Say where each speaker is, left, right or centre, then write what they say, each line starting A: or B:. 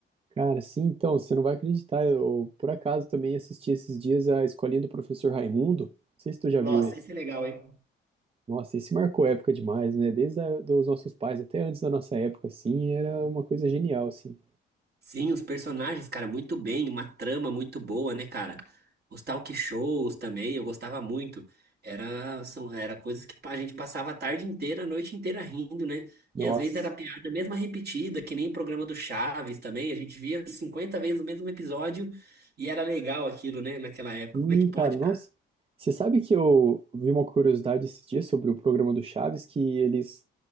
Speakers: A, on the right; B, on the right.
A: cara, sim, então, você não vai acreditar, eu por acaso também assisti esses dias a Escolinha do Professor Raimundo, não sei se tu já
B: Nossa,
A: viu esse.
B: isso é legal, hein?
A: Nossa, esse marcou época demais, né? Desde a, dos nossos pais até antes da nossa época, assim, era uma coisa genial, assim.
B: Sim, os personagens, cara, muito bem, uma trama muito boa, né, cara? Os talk shows também, eu gostava muito. Era, são, era coisas que a gente passava a tarde inteira, a noite inteira rindo, né?
A: Nossa,
B: E às vezes era piada mesma repetida, que nem o programa do Chaves também, a gente via 50 vezes o mesmo episódio e era legal aquilo, né, naquela época.
A: e,
B: Como é que pode,
A: cara, nossa.
B: cara?
A: Você sabe que eu vi uma curiosidade esses dias sobre o programa do Chaves, que eles